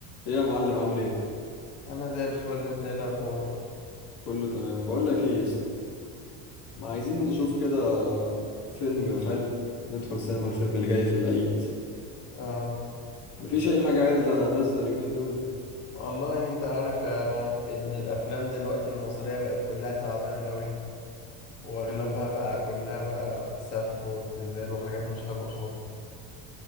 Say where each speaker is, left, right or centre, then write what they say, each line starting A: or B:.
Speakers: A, on the left; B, on the left.
A: ايه يا معلم عامل ايه
B: انا زي الفل انت ايه الاخبار
A: كله تمام بقول لك ايه يا اسطى ما عايزين نشوف كده فيلم حلو ندخل سينما الفيلم اللي جاي في العيد
B: اه
A: مفيش اي حاجه عادله نازله اليومين دول
B: والله انت عارف آه، ان الافلام دلوقتي المصرية بقت كلها تعبانة قوي واغلبها
A: امم
B: بقى كلها بقى سف وابتذال وحاجات مش حلوة خالص